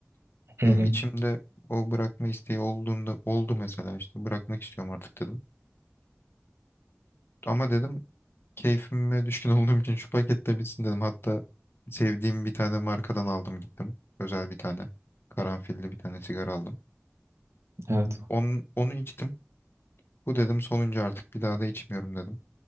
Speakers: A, on the right (about 80°); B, on the left (about 60°).
A: Hı
B: Benim
A: hı.
B: içimde o bırakma isteği olduğunda oldu mesela işte bırakmak istiyorum artık dedim. Ama dedim Keyfime düşkün olduğum için şu pakette bitsin dedim. Hatta sevdiğim bir tane markadan aldım gittim. Özel bir tane. Karanfilli bir tane sigara aldım.
A: Evet.
B: Onu, onu içtim. Bu dedim sonuncu artık bir daha da içmiyorum dedim.